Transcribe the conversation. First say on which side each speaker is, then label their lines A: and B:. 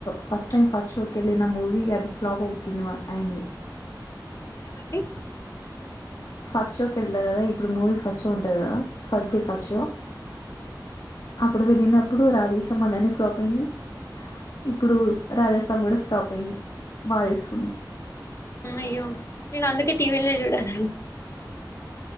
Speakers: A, on the left; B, on the left.
A: first time first షోకి వెళ్ళిన మూవీ అది ఫ్లాప్ అవుతుంది వా. అయింది
B: ఏమండి
A: ఫస్ట్ షోకి వెళ్తా కదా, ఇప్పుడు మూవీ ఫస్ట్ షో ఉంటది కదా. ఫస్ట్
B: అవునండి
A: డే ఫస్ట్ షో
B: అయ్యో
A: అప్పుడు వెళ్ళినప్పుడు రాధే శ్యామ్ అలానే ఫ్లాప్ అయింది ఇప్పుడు రాజ సా సాబ్ కూడా ఫ్లాప్ అయింది బాధేస్తుంది
B: అయ్యో మీరు అందుకే టీవీలే చూడాల